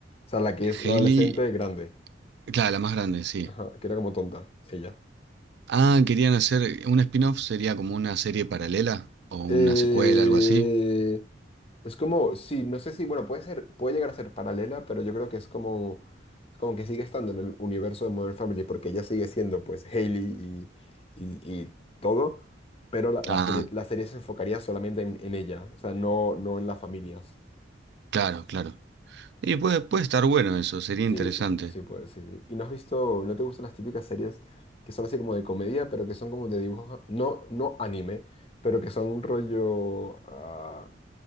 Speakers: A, on the left; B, on the right.
A: sea, la que es
B: Hailey,
A: la adolescente grande.
B: claro, la más grande, sí.
A: Ajá, que era como tonta, ella.
B: Ah, querían hacer un spin-off, sería como una serie paralela o una
A: Eh,
B: secuela, algo así.
A: Es como, sí, no sé si, bueno, puede ser, puede llegar a ser paralela, pero yo creo que es como, es como que sigue estando en el universo de Modern Family, porque ella sigue siendo, pues, Hailey y, y, y todo, pero la, la
B: Ah,
A: serie, la serie se enfocaría solamente en, en ella, o sea, no, no en las familias.
B: claro, claro. Y puede, puede estar bueno eso, sería interesante.
A: Sí, sí, sí, pues, sí, sí. ¿Y no has visto, no te gustan las típicas series que son así como de comedia, pero que son como de dibujos, no, no anime, pero que son un rollo, ah,